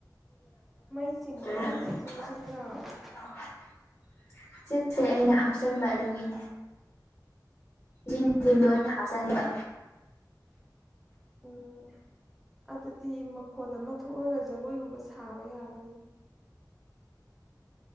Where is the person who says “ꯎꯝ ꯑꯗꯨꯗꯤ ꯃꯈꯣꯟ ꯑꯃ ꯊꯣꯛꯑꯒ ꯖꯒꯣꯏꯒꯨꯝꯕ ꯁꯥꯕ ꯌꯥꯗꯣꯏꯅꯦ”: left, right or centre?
Centre